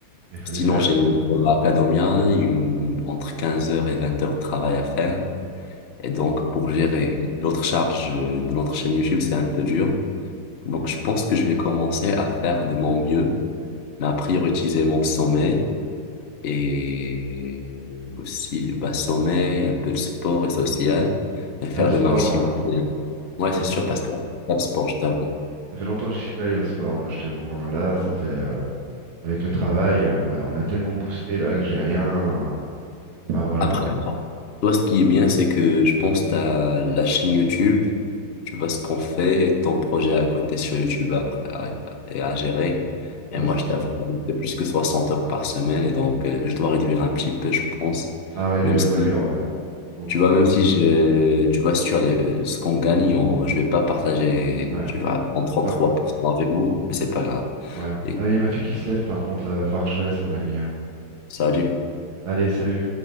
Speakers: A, on the right; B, on the left.
A: Mais Il fallait
B: Sinon,
A: faire.
B: j'ai une heure à Academia, une, entre 15 heures et 20 heures de travail à faire. Et donc, pour gérer l'autre charge de notre chaîne YouTube, c'est un peu dur. Donc, je pense que je vais commencer à faire de mon mieux, mais à prioriser mon sommeil et aussi bah, sommeil, un peu de sport et social, et faire
A: Ah, le sport,
B: le maximum.
A: euh,
B: Et- Ouais,
A: ça fait
B: c'est
A: longtemps
B: sûr,
A: que
B: parce que là, je fais pas de sport, je t'avoue.
A: ça fait longtemps que je suis pas allé au sport, moi, je t'avoue. hein. Là, ça fait euh, avec le travail, euh, on a on a tellement boosté là que j'ai rien. Enfin voilà.
B: Après,
A: hein.
B: toi, ce qui est bien, c'est que je pense que t'as la chaîne YouTube, tu vois ce qu'on fait et ton projet à côté sur YouTube après à, et à gérer. Et
A: Ah,
B: moi,
A: c'est
B: je
A: ça.
B: t'avoue, c'est plus que 60 heures par semaine, et donc euh, je dois réduire un petit peu, je pense,
A: Ah, réduit
B: même
A: la
B: si
A: voilure, ouais. C'est beaucoup.
B: Tu vois,
A: hein.
B: même si je, tu vois, sur les, ce qu'on gagne, on, je vais pas partager,
A: Ouais.
B: tu vois, en 33%
A: Par-
B: avec vous, mais c'est pas grave.
A: Ouais.
B: Écoute,
A: Bah, il y a ma fille qui se lève par contre là. Va falloir que je te laisse, mon ami. hein.
B: salut.
A: Allez, salut.